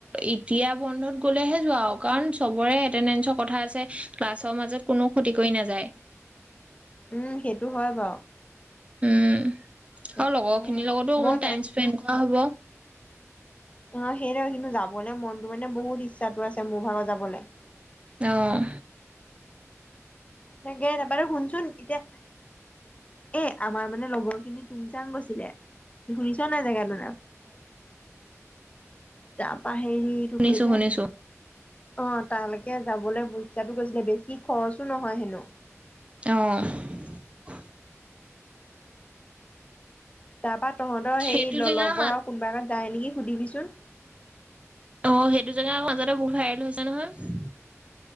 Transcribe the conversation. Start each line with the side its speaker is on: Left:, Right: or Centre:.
Right: এতিয়া বন্ধত গলেহে যোৱা কাৰণৰেেডেৰ কথা আছে ক্লাছৰ মাজত কোন কতি কৰি নাযায় <unintelligible>
Left: উম সেইটো হয় বাৰু
Right: উম
Left: তাকে
Right: আৰু লগৰখিনিৰ লগতো অকমান
Left: বৰ
Right: টাইম স্পেণ্ড কৰা হ'ব
Left: অ সেইট কিন্তু যাবলৈ মনতটো মানে বহুত ইচ্ছাটো আছে মোৰ ভাগত যাবলৈ <unintelligible>
Right: আহ
Left: তাকে এবাৰ শুনচোন এতিয়া এ আমাৰ মানে লগৰ খিনি তুমচাং গৈছিলে ঘুৰিছ নাই জেগাটোনা <unintelligible> তা পা <unintelligible> হেৰি গকে
Right: শুনিছো শুনিছো
Left: <unintelligible> অ তালৈকে যাবলৈ পচ্ছাটো গৈছিলে বেছি খৰচো নহয় <unintelligible> <inaudible>
Right: অ <unintelligible>
Left: তাৰপা তহঁতৰ
Right: সেইটো
Left: সেই লগৰ
Right: জেগাৰ মা
Left: আৰু কোনোবা এগাত যায় নেকি সুধিবিচোন <unintelligible>
Right: অ সেইটো জেগাৰ মাজতে বহুত ভাইল হৈছে নহয়